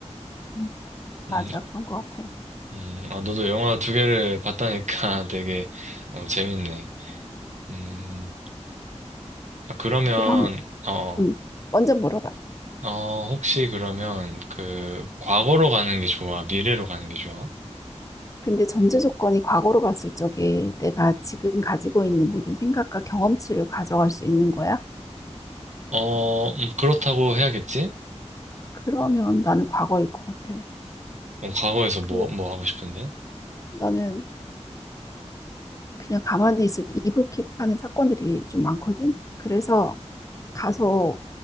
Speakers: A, on the left; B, on the right.
A: 음, 맞아,
B: 음,
A: 그런 것 같아.
B: 음, 아, 너도 영화 두 개를 봤다니까 <laughs> 되게 어, 재밌네. 음, 아, 그러면,
A: 그러면
B: 어,
A: 음, 먼저 물어봐.
B: 어, 혹시 그러면 그 과거로 가는 게 좋아? 미래로 가는 게 좋아?
A: 근데 전제 조건이 과거로 갔을 적에 내가 지금 가지고 있는 모든 생각과 경험치를 가져갈 수 있는 거야?
B: 어, 음, 그렇다고 해야겠지?
A: 그러면 나는 과거일 것 같아.
B: 어, 과거에서 뭐,
A: 그
B: 뭐 하고 싶은데?
A: 나는 그냥 가만히 있을 때 이불킥하는 사건들이 좀 많거든. 그래서 가서